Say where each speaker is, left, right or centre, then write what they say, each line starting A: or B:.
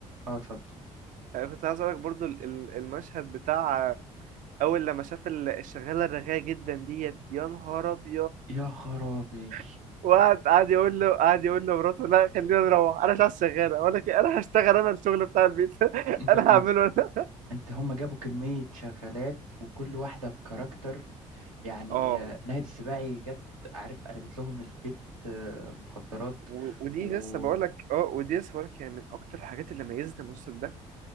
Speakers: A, on the right; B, on the right.
A: اه اتفضل
B: كنت عايز اقول لك برضو ال- ال- المشهد بتاع اول لما شاف ال- الشغالة الرغاية جدا ديت يا نهار ابيض
A: يا خرابي
B: <laughs> وقعد قعد يقول له قعد يقول له مراته لا خلينا نروح انا مش عايز شغالة ولا كده. انا هشتغل انا الشغل بتاع البيت <laughs>
A: انت
B: انا
A: مت...
B: هعمله انا
A: انت هم جابوا كمية شغالات وكل واحدة بكاركتر يعني
B: اه
A: آه، ناهد السباعي جت عارف قلبت لهم البيت آه، مخدرات
B: و- ودي
A: و
B: لسه بقولك اه ودي لسه بقولك يعني من اكتر الحاجات اللي ميزت المسلسل ده